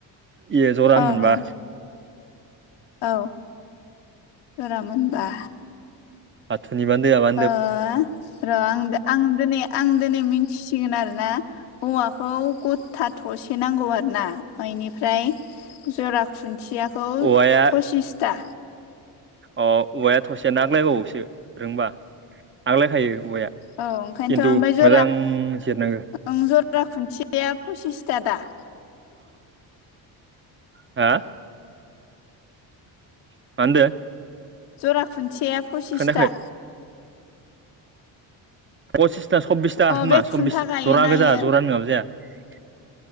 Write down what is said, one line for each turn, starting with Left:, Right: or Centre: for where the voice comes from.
Right: इयो जरा
Left: ओं
Right: मोनबा
Left: औ ओं औ जरा मोनबा
Right: बाथौनि बानदोया बा
Left: अ र' आं आं दिनै आं दिनै मिथिसिगोन आरोना औवाखौ गथा थसे नांगौ आरो ना बेनिफ्राय जरा खुन्थियाखौ
Right: औवाया
Left: फसिसथा
Right: अ औवाया थसेयानो आग्लायबावोसो रोंबा आग्लायखायो औवाया
Left: औ
Right: खिन्थु
Left: ओंखायनोथ' ओमफ्राय जरा
Right: मोजां जिरनांगो
Left: ओं जरा खुन्थियाया फसिसथा दा
Right: हा मा होनदो
Left: जरा खुन्थिया पसिसथा
Right: खोनायाखै पसिसथा सब्बिसथा
Left: अ
Right: होमा
Left: बे
Right: सब्बिस
Left: खुन्था गायोना
Right: जरा गोजा
Left: इयो
Right: जरा नङाबा जाया